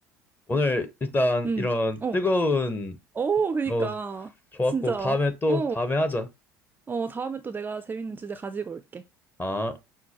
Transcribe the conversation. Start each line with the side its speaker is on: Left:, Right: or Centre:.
Left: 오늘 일단
Right: 응,
Left: 이런
Right: 어,
Left: 뜨거운
Right: 어, 그니까.
Left: 어 좋았고
Right: 진짜.
Left: 다음에 또
Right: 어,
Left: 다음에 하자.
Right: 어, 다음에 또 내가 재밌는 주제 가지고 올게.
Left: 아.